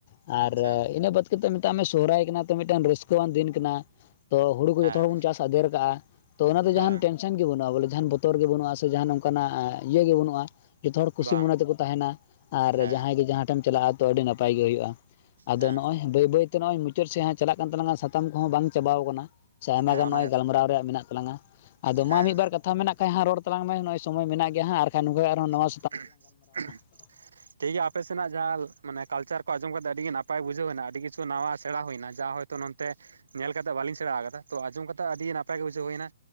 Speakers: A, on the left; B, on the right.
A: ᱟᱨ
B: ᱟᱪᱪᱷᱟ
A: ᱤᱱᱟᱹ ᱵᱟᱫ ᱫᱚ- ᱢᱮᱛᱟᱜ ᱢᱮ ᱥᱚᱦᱚᱨᱟᱭ ᱠᱟᱱᱟ ᱛᱚ ᱢᱤᱫᱴᱟᱝ ᱨᱟᱹᱥᱠᱟᱹᱣᱟᱱ ᱫᱤᱱ ᱠᱟᱱᱟ ᱾ ᱛᱚ ᱦᱳᱲᱳ ᱠᱚ
B: ᱦᱮᱸ
A: ᱡᱚᱛᱚ ᱦᱚᱲ ᱵᱚᱱ ᱪᱟᱥ ᱟᱫᱮᱨ ᱠᱟᱜᱼᱟ, ᱛᱚ ᱚᱱᱟ ᱫᱚ
B: ᱦᱮᱸ
A: ᱡᱟᱦᱟᱸᱱ ᱴᱮᱱᱥᱮᱱ- ᱪᱮ ᱵᱟᱹᱱᱩᱜᱼᱟ ᱵᱚᱞᱮ ᱡᱟᱦᱟᱱ ᱵᱚᱛᱚᱨ ᱜᱮ ᱵᱟᱹᱱᱩᱜᱼᱟ, ᱥᱮ ᱡᱟᱸᱦᱟᱱ ᱱᱚᱝᱠᱟᱱᱟᱜ ᱤᱭᱟᱹ ᱜᱮ ᱵᱟᱹᱱᱩᱜᱼᱟ ᱾ ᱡᱚᱛᱚ ᱦᱚᱲ ᱠᱩᱥᱤ
B: ᱵᱟᱝ
A: ᱢᱚᱱᱮ ᱛᱮᱠᱚ ᱛᱟᱦᱮᱱᱟ ᱟᱨ
B: ᱦᱮᱸ
A: ᱡᱟᱦᱟᱸᱭ ᱜᱮ ᱡᱟᱦᱟᱸ ᱛᱮᱢ ᱪᱟᱞᱟᱜᱼᱟ ᱛᱚ ᱟᱹᱰᱤ ᱱᱟᱯᱟᱭ ᱜᱮ ᱦᱩᱭᱩᱜᱼᱟ ᱾ ᱟᱫᱚ
B: ᱦᱮᱸ
A: ᱱᱚᱜᱼᱚᱭ ᱵᱟᱹᱭ ᱵᱟᱹᱭᱛᱮ ᱱᱚᱜ-ᱚᱭ ᱢᱩᱪᱟᱹᱫ ᱥᱮᱫ ᱦᱟᱸᱜ, ᱪᱟᱞᱟᱜ ᱠᱟᱱ ᱛᱟᱞᱟᱝ ᱟ ᱥᱟᱛᱟᱢ ᱠᱚᱦᱚᱸ ᱵᱟᱝ ᱪᱟᱵᱟᱣ ᱠᱟᱱᱟ ᱾ ᱥᱮ ᱟᱭᱢᱟ
B: ᱦᱮᱸ
A: ᱜᱟᱱ
B: ᱚᱱᱟ
A: ᱱᱚᱜᱼᱚᱭ ᱜᱟᱞᱢᱟᱨᱟᱣ ᱨᱮᱭᱟᱜ ᱢᱮᱱᱟᱜ ᱛᱟᱞᱟᱝ ᱟ, ᱟᱫᱚ ᱢᱟ
B: ᱦᱮᱸ
A: ᱢᱤᱫ ᱵᱟᱨ ᱠᱟᱛᱷᱟ ᱢᱮᱱᱟᱜ ᱠᱷᱟᱱ ᱦᱟᱸᱜ ᱨᱚᱲ ᱛᱟᱞᱟᱝ ᱢᱮ ᱱᱚᱜ-ᱚᱭ ᱥᱚᱢᱚᱭ ᱢᱮᱱᱟᱜ ᱜᱮᱭᱟ ᱦᱟᱸᱜ ᱟᱨᱠᱷᱟᱱ ᱱᱚᱝᱠᱟ ᱟᱨᱦᱚᱸ ᱱᱚᱣᱟ
B: ᱩᱷᱸ ᱩᱦᱩᱸᱜ
A: ᱟ <unintelligible>
B: ᱴᱷᱤᱠ ᱜᱮᱭᱟ ᱟᱯᱮ ᱥᱮᱱᱟᱜ ᱡᱟᱦᱟᱸ ᱢᱟᱱᱮ ᱠᱟᱞᱪᱟᱨ ᱠᱚ ᱟᱸᱡᱚᱢ ᱠᱟᱛᱮ ᱟᱹᱰᱤ ᱜᱮ, ᱱᱟᱯᱟᱭ ᱵᱩᱡᱷᱟᱹᱣᱮᱱᱟ ᱟᱹᱰᱤ ᱠᱤᱪᱷᱩ ᱱᱟᱣᱟ ᱥᱮᱸᱬᱟ ᱦᱩᱭᱱᱟ ᱡᱟᱦᱚᱭ ᱛᱚ ᱱᱚᱱᱛᱮ ᱧᱮᱞ ᱠᱟᱛᱮᱜ ᱵᱟᱹᱞᱤᱧ ᱥᱮᱬᱟ ᱟᱠᱟᱫᱟ ᱛᱚ ᱟᱸᱡᱚᱢ ᱠᱟᱛᱮᱜ ᱟᱹᱰᱤ ᱱᱟᱯᱟᱭ ᱜᱮ ᱵᱩᱡᱷᱟᱹᱣ ᱦᱩᱭᱱᱟ᱾